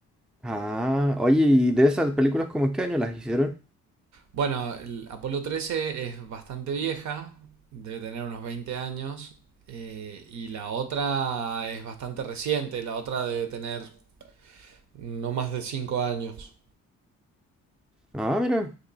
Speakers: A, in the centre; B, on the right (about 70°).
A: Ah, oye, ¿y de esas películas como en qué año las hicieron?
B: Bueno, el Apolo trece es bastante vieja, debe tener unos 20 años, eh, y la otra es bastante reciente, la otra debe tener no más de 5 años.
A: Ah, mira.